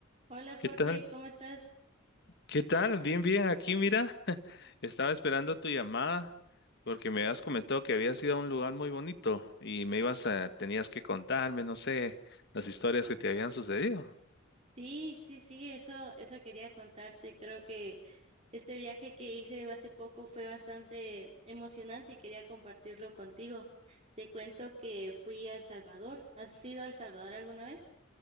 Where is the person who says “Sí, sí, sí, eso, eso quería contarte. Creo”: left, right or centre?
Right